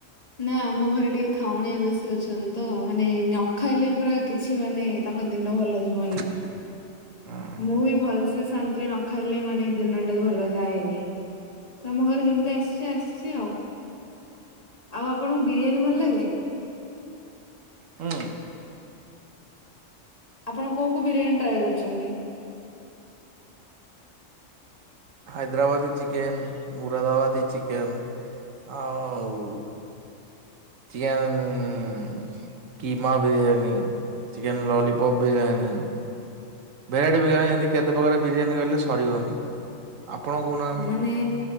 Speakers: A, on the left; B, on the right.
A: ନା ଆମ ଘରେ ଟିକେ ଖାଉଣିଆ ବେଶୀ ଅଛନ୍ତି ତ ମାନେ ନ ଖାଇଲେ ପୁରା କିଛି ମାନେ ତାଙ୍କ ଦିନ ଭଲ ଯିବନି।
B: ହୁଁ।
A: ମୁଁ ବି ଭଲସେ ଶାନ୍ତିରେ ନ ଖାଇଲେ ମାନେ ଦିନଟା ଭଲ ଯାଏନି। ତ ଆମ ଘରେ ଯେମିତି ଆସିଚି ଆସିଚି ଆଉ। ଆଉ ଆପଣଙ୍କୁ ବିରିୟାନୀ ଭଲ ଲାଗେ?
B: ହଁ।
A: ଆପଣ କୋଉ କୋଉ ବିରିୟାନୀ ଟ୍ରାଏ କରିଛନ୍ତି?
B: ହାଇଦ୍ରାବାଦୀ ଚିକେନ୍ ମୁୁରାଦାବାଦୀ ଚିକେନ୍ ଆଉ ଚିଆ ଉଁ। Keema biryani chicken lollipop biryani. Variety biryani ଏମିତି କେତେ ପ୍ରକାର ବିରିୟାନୀ କହିଲେ ସରିବନି ଆପଣ କହୁନାହାନ୍ତି?
A: ନେ।